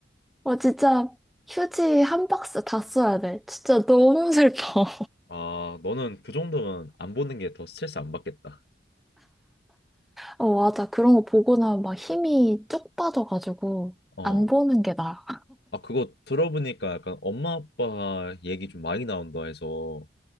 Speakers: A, in the centre; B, on the left.
A: 어, 진짜 휴지 한 박스 다 써야 돼. 진짜 너무 <laughs> 슬퍼.
B: 아, 너는 그 정도면 안 보는 게 더 스트레스 안 받겠다.
A: 어, 맞아. 그런 거 보고 나면 막 힘이 쭉 빠져가지고
B: 어,
A: 안 보는 게 나아.
B: 아 그거 들어보니까 약간 엄마 아빠 얘기 좀 많이 나온다 해서.